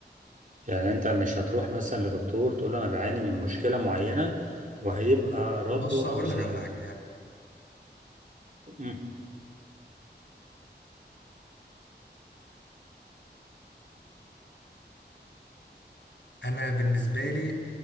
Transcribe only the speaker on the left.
بص
هقول
لك
على حاجة يعني
أنا بالنسبة لي